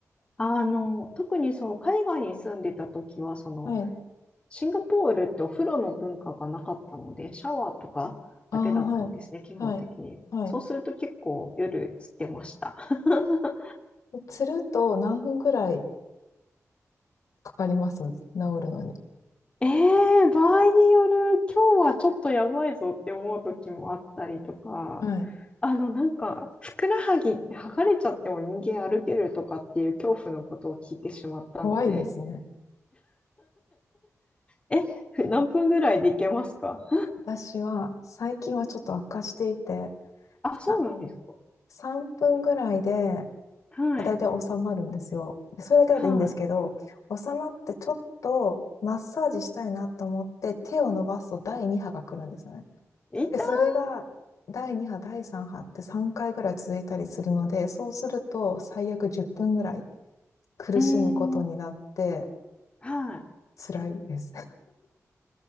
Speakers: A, on the left; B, on the left.
A: あの、特にそう、海外に住んでた時は、その、
B: はい。
A: シンガポールってお風呂の文化がなかったので、シャワーとかだけだったんですね、
B: ああ、はい。
A: 基本的に。
B: はい。はい。
A: そうすると結構夜つってました。<laughs>
B: つると何分ぐらいかかります治るのに。
A: ええ場合による、今日はちょっとやばいぞって思う時もあったりとか、
B: はい。
A: あの、なんか、ふくらはぎって剥がれちゃっても人間歩けるとかっていう恐怖のことを聞いてしまったので、
B: 怖いですね。
A: え、ふ何分ぐらいでいけますか
B: 私は最近はちょっと悪化していて、
A: あ、そうなんですか。
B: あ3分ぐらいで、ま
A: はい。
B: あだいたい収まるんですよ。でそれだけだといいんですけど、
A: は
B: 収まってちょっとマッサージしたいなと思って手を伸ばすと第2波が来るんですよね。
A: い。痛い
B: で、それが第2波、第3波って3回ぐらい続いたりするので、そうすると最悪10分ぐらい苦しむことになって
A: うーん。はい。
B: 辛いです。